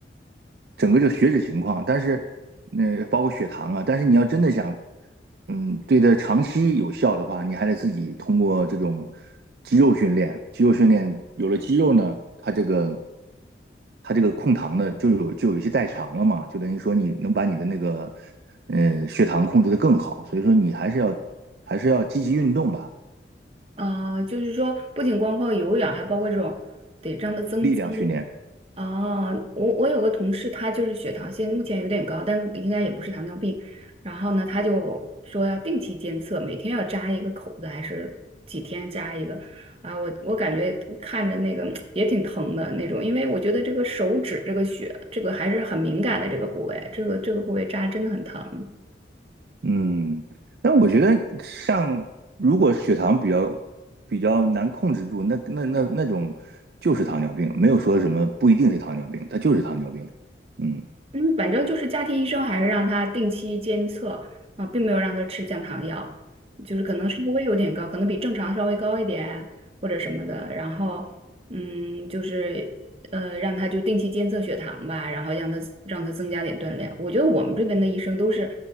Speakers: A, on the right (about 55°); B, on the right (about 30°).
A: 整个这个血脂情况，但是那包括血糖啊，但是你要真的想，嗯，对它长期有效的话，你还得自己通过这种肌肉训练，肌肉训练有了肌肉呢，它这个它这个控糖的就有就有一些代偿了嘛，就等于说你能把你的那个呃血糖控制得更好，所以说你还是要还是要积极运动吧，
B: 啊，就是说不仅光靠有氧，还包括这种得这样的增肌。
A: 力量训练。
B: 啊，我我有个同事，他就是血糖现在目前有点高，但应该也不是糖尿病。然后呢，他就说要定期监测，每天要扎一个口子，还是几天扎一个。啊，我我感觉看着那个也挺疼的那种，因为我觉得这个手指这个血，这个还是很敏感的这个部位，这个这个部位扎真的很疼。
A: 嗯，但我觉得上如果血糖比较比较难控制住，那那那那种就是糖尿病，没有说什么不一定是糖尿病，它就是糖尿病。嗯，
B: 嗯，反正就是家庭医生还是让他定期监测啊，并没有让他吃降糖药，就是可能稍微有点高，可能比正常稍微高一点或者什么的。然后，嗯，就是呃，让他就定期监测血糖吧，然后让他让他增加点锻炼。我觉得我们这边的医生都是，